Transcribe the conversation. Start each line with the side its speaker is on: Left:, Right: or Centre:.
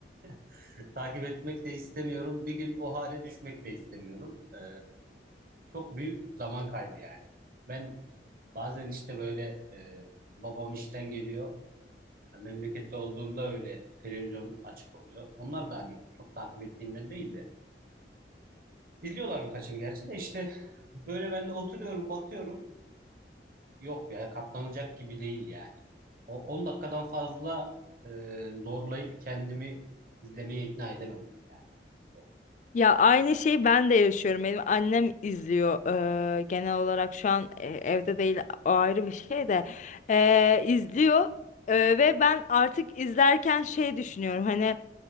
Right: <laughs> takip etmek de istemiyorum. Bir gün o hale düşmek de istemiyorum. E, çok büyük zaman kaybı yani. Ben bazen işte böyle e, babam işten geliyor. Ya Memlekette olduğumda öyle televizyon açık oluyor. Onlar da hani çok takip ettiğimden değil de. İzliyorlar birkaçını gerçi de işte böyle ben de oturuyorum bakıyorum. Yok ya katlanacak gibi değil yani. O 10 dakikadan fazla e, zorlayıp kendimi izlemeye ikna edemem. Yani yok.
Left: Ya aynı şeyi ben de yaşıyorum. Benim annem izliyor. Eee, genel olarak şu an e, evde değil, o ayrı bir şey de Eee, izliyor. Eee, ve ben artık izlerken şey düşünüyorum. hani